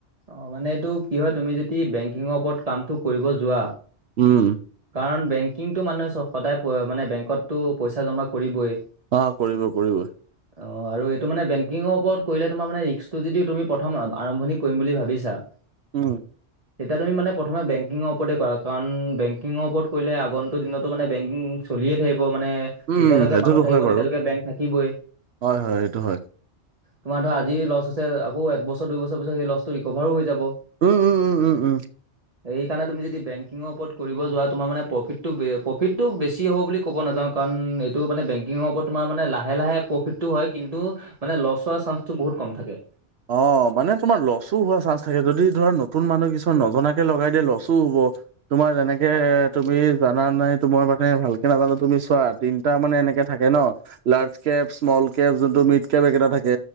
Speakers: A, on the right; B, on the right.
A: অ' মানে এইটো কি হয় তুমি যদি বেংকিঙৰ ওপৰত কামটো কৰিব যোৱা
B: উম
A: কাৰণ বেংকিঙটো মানে চাওঁক সদায় মানে বেংকতো পইচা জমা কৰিবই।
B: অ কৰিব কৰিব
A: অ', আৰু এইটো মানে বেংকিঙৰ ওপৰত কৰিলে তোমাৰ মানে ৰিক্সটো যদিও তুমি প্ৰথম আৰম্ভণি কৰিম বুলি ভাবিছা,
B: উম,
A: তেতিয়া তুমি মানে প্ৰথমে বেংকিঙৰ ওপৰতে কৰা, কাৰণ বেংকিঙৰ ওপৰত কৰিলে আগন্তু দিনতো মানে বেংকিং চলিয়ে থাকিব। মানে
B: উম,
A: যেতিয়ালৈকে
B: সেইটোতো
A: মানুহ থাকিব
B: হয় বাৰু।
A: তেতিয়ালৈকে বেংক থাকিবই।
B: হয়, হয়, সেইটো হয়।
A: তোমাৰ ধৰা আজি লছ হৈছে আকৌ একবছৰ দুই বছৰ পিছত সেই লষ্ট টো ৰিকভাৰো হৈ যাব।
B: উম, উম, উম, উম, উম।
A: এইকাৰণে তুমি যদি বেংকিঙৰ ওপৰত কৰিব যোৱা তোমাৰ মানে প্ৰফিটটো-প্ৰফিটটো বেছি হ'ব বুলি ক'ব নাযাওঁ কাৰণ টো মানে বেংকিংৰ ওপৰত তোমাৰ মানে লাহে-লাহে প্ৰফিটো হয়, কিন্তু মানে লষ্ট হোৱাৰ চাঞ্চ টো বহুত কম। কম থাকে।
B: অ', মানে তোমাৰ লছো হোৱা চান্স থাকে যদি ধৰা নতুন মানুহ কিছুমান নজনাকে লগাই দিয়ে লচো হব তোমাৰ যেনেকে তুমি জানা নাই সেইটো মই মানে ভালকে নাজানোঁ, তুমি চোৱা তিনটা মানে তেনেকে থাকে ন? লাৰ্য কেপ, স্মল কেপ জোনটো মিদ কেপ তেনেকে থাকে,